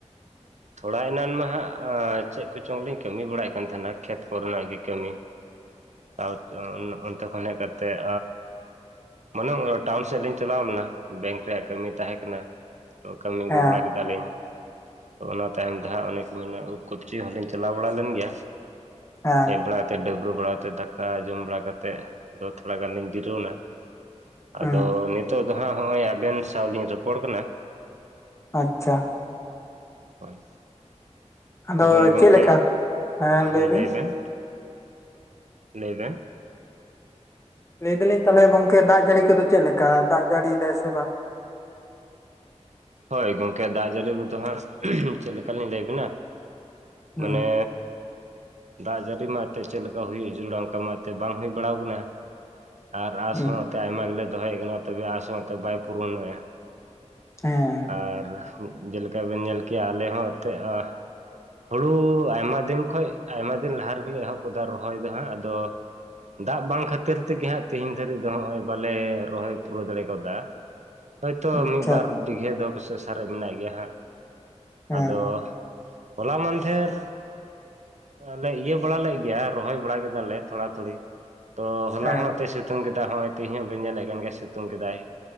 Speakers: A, on the right (about 75°); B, on the left (about 25°).
A: ᱛᱷᱚᱲᱟ ᱮᱱᱟᱱ ᱢᱟ ᱦᱟᱸᱜ ᱟᱻᱪᱮᱫ ᱠᱚᱪᱚᱝᱞᱤᱧ ᱠᱟᱹᱢᱤ ᱵᱟᱲᱟᱭᱮᱫ ᱠᱟᱱ ᱛᱟᱦᱮᱱᱟ ᱠᱷᱮᱛ ᱠᱚᱨᱮᱱᱟᱜ ᱜᱮ ᱠᱟᱹᱢᱤ᱾
B: <inaudible>
A: <unintelligible> ᱚᱱᱛᱮ ᱠᱷᱚᱱ ᱦᱮᱡ ᱠᱟᱛᱮᱫ ᱢᱟᱱᱮ ᱚᱱᱟ ᱴᱟᱣᱩᱱ ᱥᱮᱫ ᱞᱤᱧ ᱪᱟᱞᱟᱣ ᱞᱮᱱᱟ ᱵᱮᱝᱠ ᱨᱮᱭᱟᱜ ᱠᱟᱹᱢᱤ ᱛᱟᱦᱮᱸ ᱠᱟᱱᱟ᱾ ᱛᱚ ᱠᱟᱹᱢᱤ ᱟᱹᱜᱩ
B: ᱦᱮᱸ
A: ᱵᱟᱲᱟ ᱠᱮᱫᱟᱞᱤᱧ᱾ ᱛᱚ ᱚᱱᱟ ᱛᱟᱭᱚᱢ ᱡᱟᱦᱟ ᱫᱚ ᱦᱟᱸᱜ ᱚᱱᱮ ᱠᱚ ᱢᱮᱱᱟ ᱩᱵ ᱠᱚᱯᱪᱤ ᱦᱚᱸᱞᱤᱧ ᱪᱟᱞᱟᱣ ᱵᱟᱲᱟ ᱞᱮᱱ ᱜᱮᱭᱟ
B: ᱦᱮᱸ
A: ᱦᱮᱡ ᱵᱟᱲᱟ ᱛ ᱰᱟᱹᱵᱨᱟᱣ ᱵᱟᱲᱟ ᱠᱟᱛᱮᱫ ᱫᱟᱠᱟ ᱡᱚᱢ ᱵᱟᱲᱟ ᱠᱟᱛᱮᱫ ᱫᱚ ᱛᱷᱚᱲᱟ ᱜᱟᱱ ᱞᱤᱧ ᱡᱤᱨᱟᱹᱣ ᱮᱱᱟ᱾
B: ᱦᱮᱸ
A: ᱟᱫᱚ ᱱᱤᱛᱳᱜ ᱫᱚ ᱦᱟᱸᱜ ᱦᱚᱸᱜᱼᱚᱭ ᱟᱵᱮᱱ ᱥᱟᱶᱞᱤᱧ ᱨᱚᱯᱚᱲ ᱠᱟᱱᱟ᱾
B: ᱟᱪᱪᱷᱟ ᱾
A: ᱦᱳᱭ
B: ᱟᱫᱚ
A: ᱛᱚᱵᱮ ᱜᱚᱜᱠᱮ
B: ᱪᱮᱫ ᱞᱮᱠᱟ? ᱦᱮᱸ
A: ᱦᱳᱭ
B: ᱵᱤᱱ
A: ᱞᱟᱹᱭ ᱵᱮᱱ ᱞᱟᱹᱭ ᱵᱮᱱ
B: ᱞᱟᱹᱭ ᱫᱟᱞᱤᱧ ᱛᱟᱦᱚᱞᱮ ᱜᱚᱝᱠᱮ ᱫᱟᱜ ᱡᱟᱹᱲᱤ ᱠᱚᱫᱚ ᱪᱮᱫ ᱞᱮᱠᱟ ᱫᱟᱜ ᱡᱟᱹᱲᱤᱭ ᱫᱟᱭ ᱥᱮ ᱵᱟᱝ?
A: ᱦᱳᱭ ᱜᱚᱝᱠᱮ ᱫᱟᱜ ᱡᱟᱹᱲᱤ ᱨᱮᱫᱚ ᱦᱟᱸᱜ ᱪᱮᱫ ᱞᱮᱠᱟ ᱞᱤᱧ ᱞᱟᱹᱭ ᱟᱵᱮᱱᱟ
B: ᱦᱩᱸ
A: ᱢᱟᱱᱮ ᱫᱟᱜ ᱡᱟᱹᱨᱤ ᱢᱟ ᱮᱱᱛᱮᱫ ᱪᱮᱫ ᱞᱮᱠᱟ ᱦᱩᱭᱩᱜᱼᱟ᱾ ᱡᱩᱞᱲᱟ ᱢᱟ ᱮᱱᱛᱮᱫ ᱵᱟᱝ ᱦᱩᱭ ᱵᱟᱲᱟᱣ ᱟᱠᱟᱱᱟ᱾ ᱟᱨ ᱟᱸᱥ
B: ᱦᱩᱸ
A: ᱦᱚᱸᱚᱸ ᱛᱮ ᱟᱭᱢᱟ ᱜᱮᱞᱮ ᱫᱚᱦᱚᱭᱮᱫ ᱠᱟᱱᱟ ᱛᱚᱵᱮ ᱟᱥᱚᱸ ᱮᱱᱛᱮ ᱵᱟᱭ ᱯᱩᱨᱚᱱᱚᱜᱼᱟ᱾
B: ᱦᱮᱸ
A: ᱟᱨ ᱡᱮᱞᱮᱠᱟ ᱵᱮᱱ ᱧᱮᱞ ᱠᱮᱜᱟ ᱟᱞᱮ ᱦᱚᱸ ᱮᱱᱛᱮᱫ ᱦᱩᱲᱩ ᱟᱭᱢᱟ ᱫᱤᱱ ᱠᱷᱚᱱᱚᱡ ᱟᱭᱢᱟ ᱫᱤᱱ ᱞᱟᱦᱟ ᱨᱮᱜᱮ ᱞᱮ‌ ᱮᱦᱚᱵ ᱠᱟᱫᱟ ᱨᱚᱦᱚᱭ ᱫᱚ ᱦᱟᱸᱜ ᱟᱫᱚ ᱫᱟᱜ ᱵᱟᱝ ᱠᱷᱟᱹᱛᱤᱨ ᱛᱮᱜᱮ ᱦᱟᱸᱜ ᱛᱮᱤᱦᱤᱧ ᱫᱷᱟᱹᱨᱤᱡ ᱫᱚ ᱦᱚᱜᱼᱚᱭ ᱵᱟᱞᱮ ᱨᱚᱦᱚᱭ ᱯᱩᱨᱟᱹᱣ ᱫᱟᱲᱮ ᱠᱟᱣᱫᱟ᱾
B: <inaudible>
A: ᱦᱳᱭᱛᱳ
B: ᱟᱪᱪᱷᱟ
A: ᱢᱤᱷ, ᱵᱟᱨ ᱵᱤᱜᱷᱟᱹ ᱫᱚ ᱯᱟᱥᱮᱜ ᱥᱟᱨᱮ ᱢᱮᱱᱟᱜ ᱜᱮᱭᱟ ᱦᱟᱸᱜ
B: ᱦᱮᱸ
A: ᱟᱫᱚ ᱦᱚᱞᱟ ᱢᱟᱱᱫᱷᱮᱨ ᱟᱞᱮ ᱤᱭᱟᱹ ᱵᱟᱲᱟ ᱞᱮᱫ ᱜᱮᱭᱟ ᱨᱚᱦᱚᱭ ᱵᱟᱲᱟ ᱠᱮᱫᱟᱞ ᱞᱮ ᱛᱷᱚᱲᱟ ᱛᱷᱩᱚᱲᱤ᱾ ᱛᱚ ᱦᱚᱞᱟ
B: ᱦᱮᱸ
A: ᱦᱚᱸ ᱮᱛᱚᱭ ᱥᱤᱛᱩᱝ ᱠᱮᱫᱟᱭ ᱦᱚᱸᱜᱼᱚᱭ ᱛᱮ ᱤᱧ ᱦᱚᱸ ᱵᱟᱹᱧ ᱧᱮᱞᱮᱫ ᱠᱟᱱ ᱜᱮᱭᱟ ᱥᱤᱛᱩᱝ ᱠᱮᱫᱟᱭ᱾